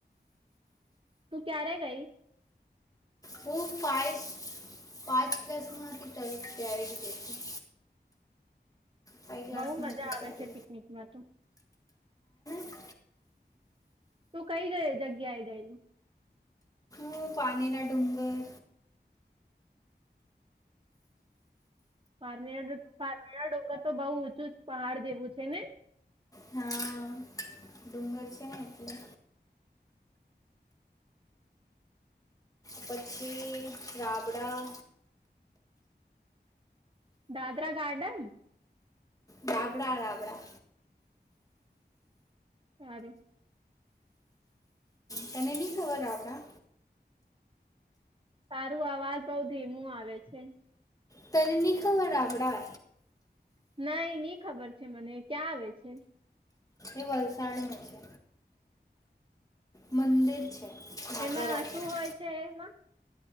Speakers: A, on the right; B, on the left.
A: તું ક્યારે ગઈ?
B: હું ફાઇવ પાંચ <unintelligible> ત્યારે ગઈ ફઇ ક્લામાં
A: બહુ મજા
B: હતી
A: આવે
B: ત્યારે
A: છે પિકનિકમાં તો
B: ગઇ.
A: તો કઈ ગ જગ્યા ગયેલી.
B: હું પાણી ના ડુંગર.
A: પાનેરા ડુંગર પાનેરા ડુંગર તો બઉ પહાડ જેવું છે ને.
B: હા ડુંગર છે ને એટલે. પછી રાબડા.
A: દાદરા ગાર્ડન.
B: રાબડા રાબડા.
A: સારૂ.
B: તને ની ખબર રાબડા.
A: તારું અવાજ બઉ ધીમું આવે છે.
B: તની ખબર રાબડા.
A: નઈ ની ખબર છે મને ક્યાં આવે છે?
B: એ વલસાડ મા છે. મંદિર છે માતા
A: એમાં
B: રાણી
A: શું
B: નું.
A: હોય છે એમાં